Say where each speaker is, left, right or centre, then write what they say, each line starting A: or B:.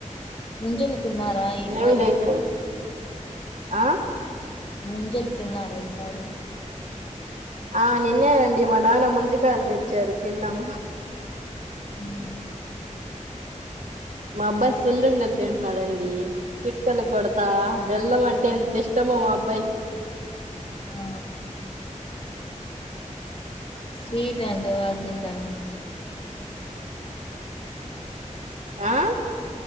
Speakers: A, on the left; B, on the right.
A: ముంజలు తిన్నారా ఈసారి
B: ఏం లేదండి ఆ
A: ముంజలు తిన్నార ఈసారి
B: ఆ నిన్నేనండి మా నాన్న ముంజకయలు తెచ్చారు తిన్నాం
A: ఉ
B: మా అబ్బాయి సుల్ లుండలు తింటున్నాడుండి చిట్కలు కొడతా బెల్లం అంటే ఎంత ఇష్టమో మా అబ్బాయికి
A: ఆ స్వీట్ అంటే బాగ తింటాడా
B: ఆ